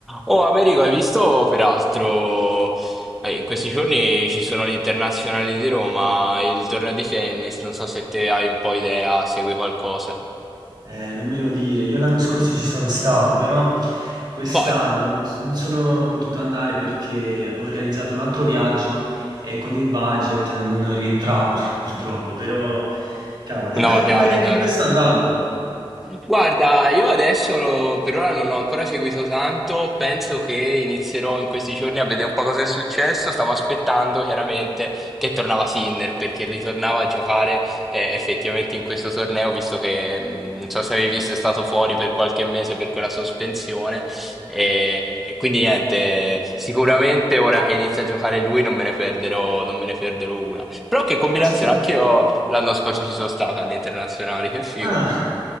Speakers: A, in the centre; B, on the right.
A: Oh, Americo, hai visto peraltro eh, in questi giorni ci sono gli internazionali di Roma, il torneo di tennis, non so se te hai un po' idea, segui qualcosa.
B: Eh, non me lo dire. Io l'anno scorso ci sono stato, però quest'anno
A: Boh, eh.
B: non s- non sono potuto andare perché ho organizzato un altro viaggio e con il budget non rientravo, <laughs> purtroppo. Però, cavolo, e
A: no,
B: co- e
A: chiaro,
B: come,
A: chiaro.
B: come sta andando?
A: Guarda, io adesso per ora non ho ancora seguito tanto, penso che inizierò in questi giorni a vedere un po' cosa è successo. Stavo aspettando chiaramente che tornava Sinner perché ritornava a giocare eh, effettivamente in questo torneo, visto che mh, non so se avevi visto è stato fuori per qualche mese per quella sospensione. E quindi niente, sicuramente ora che inizia a giocare lui non me ne perderò, non me ne perderò una. Però che combinazione,
B: Ma scusa.
A: anche io l'anno scorso ci sono stato alle internazionali, che figo.
B: Ah,